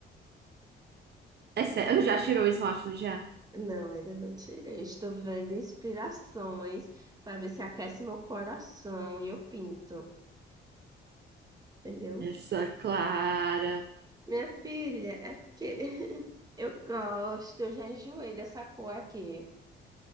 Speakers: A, on the right; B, on the right.
A: É sério, <laughs> já tirou o esmalte, não já?
B: Não, ainda não tirei. Estou vendo inspirações para ver se aquece meu coração e eu pinto, entendeu?
A: Essa Clara.
B: Minha filha, é porque <laughs> eu gosto, eu já enjoei dessa cor aqui.